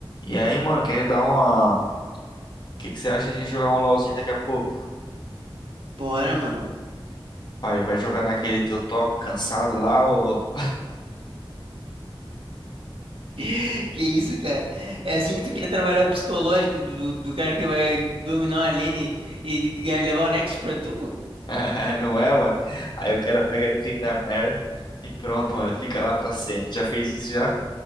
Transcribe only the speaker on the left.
E aí, mano, quer dar uma. O que que você acha de a gente jogar um LOLzinho daqui a pouco?
Vai, vai jogar naquele teu top cansado lá, ou.
<laughs> Não é, mano? Aí o cara pega Tryndamere e pronto, mano, fica lá pra sempre. Já fez isso já?